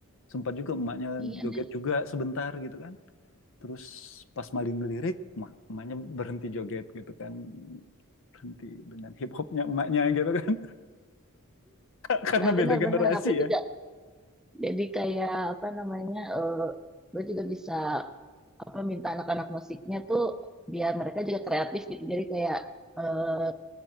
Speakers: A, on the left; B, in the centre.
A: sempat juga emaknya
B: iya
A: joget
B: nih.
A: juga sebentar gitu kan terus pas malin ngelirik emak- emaknya berhenti joget gitu kan berhenti dengan hip hopnya emaknya gitu kan <laughs> karena
B: Nah,
A: beda
B: benar-benar
A: generasi
B: aku
A: ya
B: juga Jadi kayak apa namanya, eh gue juga bisa apa minta anak-anak musiknya tuh biar mereka juga kreatif gitu. Jadi kayak eh